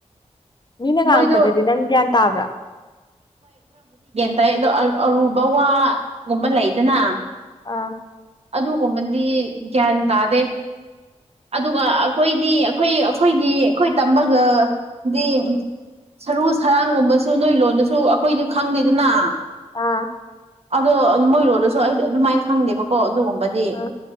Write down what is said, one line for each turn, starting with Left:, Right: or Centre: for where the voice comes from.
Left: ꯃꯤꯅ ꯉꯥꯡꯉꯛꯄꯗꯗꯤ
Right: ꯃꯣꯏꯗꯣ
Left: ꯅꯪ ꯒ꯭ꯌꯥꯟ ꯇꯥꯕ꯭ꯔꯥ
Right: ꯑꯩ ꯑꯗꯣ ꯑꯔꯨꯕ ꯋꯥꯒꯨꯝꯕ ꯂꯩꯗꯅ
Left: ꯑꯥ
Right: ꯑꯗꯨꯒꯨꯝꯕꯗꯤ ꯒ꯭ꯌꯥꯟ ꯇꯥꯗꯦ ꯑꯗꯨꯒ ꯑꯩꯈꯣꯏꯗꯤ ꯑꯩꯈꯣꯏ ꯑꯩꯈꯣꯏꯒꯤ ꯑꯩꯈꯣꯏ ꯇꯝꯕꯒꯗꯤ ꯁꯔꯨ ꯁꯔꯥꯡꯒꯨꯝꯕꯁꯨ ꯅꯣꯏ ꯂꯣꯟꯗꯁꯨ ꯑꯩꯈꯣꯏꯁꯨ ꯈꯪꯗꯦꯗꯅ
Left: ꯑꯥ
Right: ꯑꯗꯣ ꯃꯣꯏꯔꯣꯜꯗꯁꯨ ꯑꯩꯗꯤ ꯑꯗꯨꯃꯥꯏꯅ ꯈꯪꯗꯦꯕꯀꯣ ꯑꯗꯨꯒꯨꯝꯕꯗꯤ
Left: ꯑꯥ